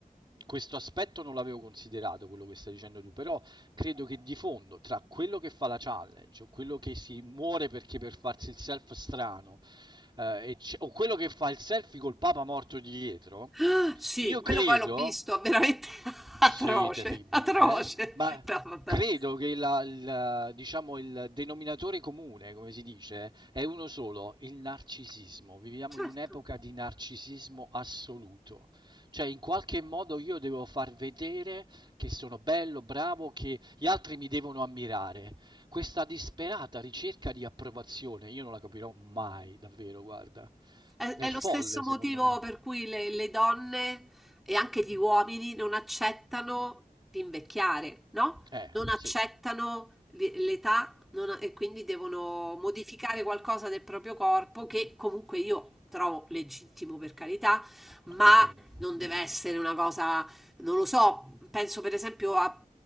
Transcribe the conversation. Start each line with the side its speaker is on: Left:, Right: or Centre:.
Right: Questo aspetto non l'avevo considerato, quello che stai dicendo tu, però credo che di fondo, tra quello che fa la challenge, o quello che si muore perché per farsi il self strano, eh, e c- o quello che fa il selfie col papa morto dietro,
Centre: Ah, Sì,
Right: io
Centre: quello
Right: credo...
Centre: poi l'ho visto, veramente <laughs> atroce,
Right: Sì, terribile,
Centre: atroce.
Right: ma
Centre: No, vabbè.
Right: Credo che la- il, diciamo, il denominatore comune, come si dice, è uno solo, il narcisismo. Viviamo
Centre: Certo.
Right: in un'epoca di narcisismo assoluto. Cioè, in qualche modo io devo far vedere che sono bello, bravo, che gli altri mi devono ammirare. Questa disperata ricerca di approvazione, io non la capirò mai, davvero, guarda.
Centre: È,
Right: È
Centre: è
Right: folle,
Centre: lo stesso motivo
Right: secondo me.
Centre: per cui le, le donne e anche gli uomini non accettano di invecchiare, no?
Right: Eh,
Centre: Non accettano
Right: sì,
Centre: l- l'età non- e quindi devono modificare qualcosa del proprio corpo che comunque io trovo legittimo per carità, ma
Right: ma per carità.
Centre: non deve essere una cosa, non lo so, penso per esempio a